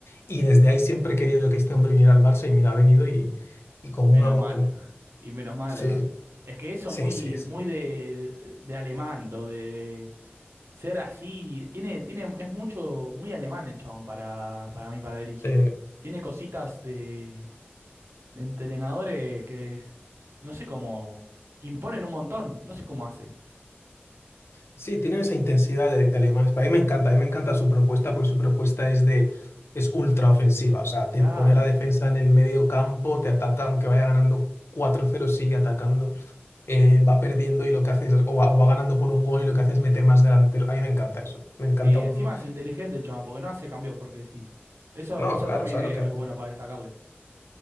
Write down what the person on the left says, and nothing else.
Y desde ahí siempre he querido que este hombre viniera al Barça y mira, ha venido y, y como
una moto.
Sí,
sí,
sí, sí.
Sí.
Sí, tienen esa intensidad de, de alemanes. Pero a mí me encanta, a mí me encanta su propuesta porque su propuesta es de es ultra ofensiva. O sea, te
pone la defensa en el medio campo, te ataca, aunque vaya ganando 4-0, sigue atacando, eh, va perdiendo y lo que hace es, o va, o va ganando por un gol y lo que hace es meter más delantero. A mí me encanta eso. Me encanta
un...
No,
claro,
¿sabes
lo que hace?